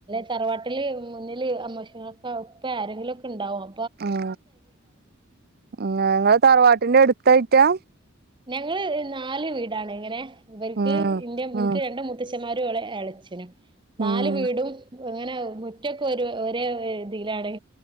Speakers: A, on the right; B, on the right.
A: തറവാട്ടി വാട്ടില് മുന്നിൽ അമ്മോശൻ കാക്ക ഇപ്പ ആരെങ്കിലുക്കെ ഉണ്ടാവാം
B: ഉം ഉ ങ്ങള് തറവാട്ടിന്റെ അടുത്തായിട്ടാ
A: ഞങ്ങള് നാല് വീടാണ് ഇങ്ങനെ ഇവർക്ക്
B: ഉം
A: ഇ നിനിക്ക്
B: ഉം
A: രണ്ട് മൂ മൂ ത്തച്ഛന്മാരും എളച്ചനും
B: ഉം
A: നാല് വീടും ങ്ങനെ മുറ്റക്കെ ഒരു ഒരേ ഇതിയിലാണ്